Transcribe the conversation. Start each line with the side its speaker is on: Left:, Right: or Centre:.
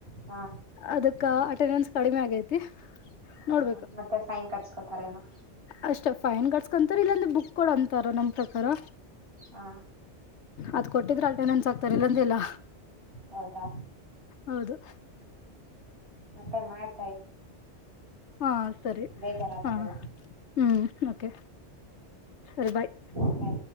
Right: ಹಾ
Left: ಅದಕ್ಕ ಅಟನ್ಸ್ ಕಡಿಮೆ ಆಗೈತಿ
Right: ಹಾ
Left: ನೋಡ್ಬೇಕು
Right: ಮತ್ತೆ ಫೈನ್ ಕಡಿಸ್ಕೊತಾರೇನೋ
Left: ಅಷ್ಟ ಫೈನ್ ಕಸ್ಕೊಂತಾರ ಇಲ್ಲಾಂದ್ರೆ ಬುಕ್ ಕ ಅಂತಾರ ನಮ್ ಪ್ರಕಾರ
Right: ಹಾ
Left: ಅದ್ ಕೊಟ್ಟಿದ್ರಲ್ಟೆ ನೆನ್ಸಕ್ತಾರೆ ಇಲ್ಲಂದ ಇಲ್ಲ
Right: ಹೌದಾ
Left: ಹೌದು
Right: ಮತ್ತೆ ಮ
Left: ಹಾ ಸರಿ
Right: ಬೇಜಾರಾದಾಗೆಲ್ಲ
Left: ಹಾ ಹ್ಮ್ ಕೆ ಸರಿ ಬಾಯ್
Right: ಆಯ್ತಾ.